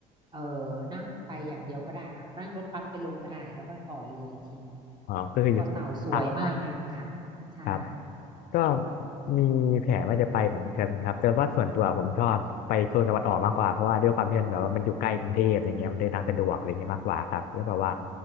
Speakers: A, on the right; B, on the left.
A: เอ่อนั่งไปอย่างเดียวก็ได้ค่ะนั่งรถบัสไปลงก็ได้แล้วก็ต่อเรืออีกทีหนึ่ง
B: อ๋อก็คืออยู่สุโขทัย
A: เกาะเต่าสวยมากนะค่ะใช่
B: ครับ ก็มีแผนว่าจะไปเหมือนกันครับแต่ว่าส่วนตัวผมชอบไปโซนตะวันออกมากกว่าเพราะว่าด้วยความที่มันแบบว่ามันอยู่ใกล้กรุงเทพอะไรเงี้ยมันเดินทางสะดวกอะไรเงี้ยมากกว่าครับแล้วแบบว่า